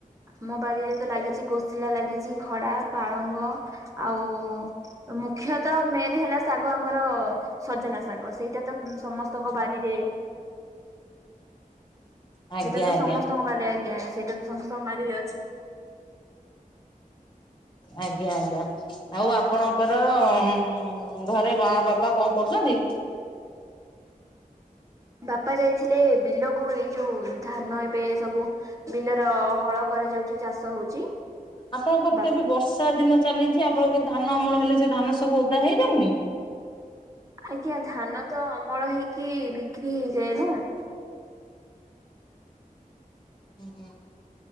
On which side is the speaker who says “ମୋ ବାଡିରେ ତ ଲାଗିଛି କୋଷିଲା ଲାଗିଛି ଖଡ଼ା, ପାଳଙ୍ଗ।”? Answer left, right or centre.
Right